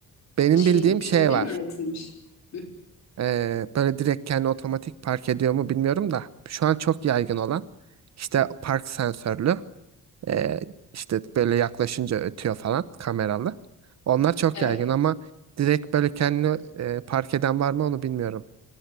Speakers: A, on the right; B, on the left.
A: Benim
B: Çin,
A: bildiğim
B: Çin'de
A: şey var.
B: mi üretilmiş? Hı.
A: Ee, böyle direkt kendi otomatik park ediyor mu bilmiyorum da. Şu an çok yaygın olan. işte park sensörlü. Ee, işte böyle yaklaşınca ötüyor falan kameralı. Onlar çok
B: Evet,
A: yaygın ama direkt böyle kendini e, park eden var mı onu bilmiyorum.